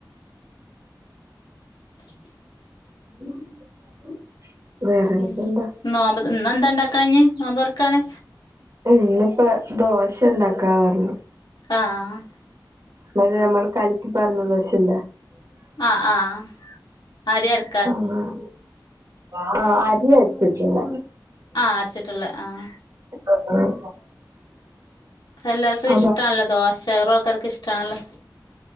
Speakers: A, on the left; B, on the right.
A: <inaudible>
B: <inaudible> വേറെനിക്കെന്താ
A: ഇം നോമ്പത് ഇന്നെന്താ ഇണ്ടാക്ണെ ഇഞ്ഞ് നോമ്പർക്കാന്?
B: ഇന്നിപ്പെ ദോശണ്ടാക്കാ പർഞ്ഞു.
A: ആഹ്
B: മായ്രി നമ്മള് കലക്കി പാര്ന ദോശല്ലേ
A: ആഹ് ആഹ് അരി അര്
B: അങ്ങനെ. ആഹ് അരി അര്ച്ചിട്ടില്ല.
A: ആഹ് അരച്ചിട്ട്ള്ളെ. ആഹ്
B: ആഹ്
A: എല്ലാവർക്കും
B: അതാ
A: ഇഷ്ടാണല്ലോ? ദോശറൊ, ആൾക്കാർക്കിഷ്ടാണല്ലോ.